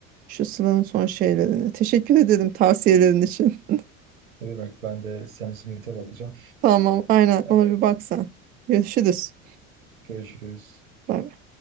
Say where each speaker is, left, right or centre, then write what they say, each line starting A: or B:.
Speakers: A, on the right; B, on the right.
A: Şu Sıla'nın son şeylerine. Teşekkür ederim tavsiyelerin için.
B: Ne demek ben de Sam Smith'e bakacağım.
A: <laughs> Tamam aynen
B: Ee,
A: ona bir baksan. Görüşürüz.
B: görüşürüz.
A: Bye.